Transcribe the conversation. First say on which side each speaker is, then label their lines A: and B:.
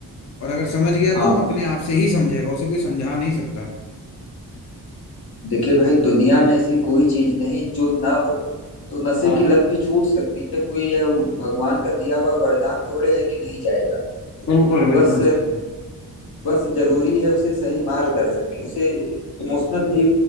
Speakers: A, on the left; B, on the left.
A: और अगर समझ गया
B: हाँ
A: तो अपने आप से ही समझेगा उसे कोई समझा नहीं सकता
B: देखिए भाई दुनिया में ऐसी कोई चीज नहीं जो ना हो तो नशे
A: हाँ
B: की लत भी छूट सकती है कोई यह भगवान का दिया हुआ वरदान थोड़े है कि नहीं जाएगा
A: बिल्कुल बिल्कुल
B: बस
A: सही
B: बस जरूरी है उसे सही मार्गदर्शन
A: बात।
B: की उसे इमोशनल भी